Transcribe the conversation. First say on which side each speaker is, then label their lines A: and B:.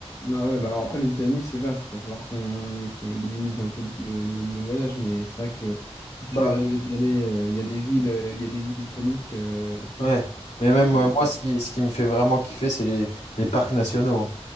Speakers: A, on the left; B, on the left.
A: Ah ouais, bah alors après, les États-Unis, c'est vaste. Il va falloir qu'on qu'on délimite un peu le, le- le- le voyage, mais c'est vrai que j'ai toujours
B: Bah
A: rêvé d'y aller. Euh, Il y a des villes, euh, il y a des villes iconiques. euh,
B: ouais. Mais même
A: euh,
B: euh, moi ce qui ce qui me fait vraiment kiffer c'est les les parcs nationaux. hein.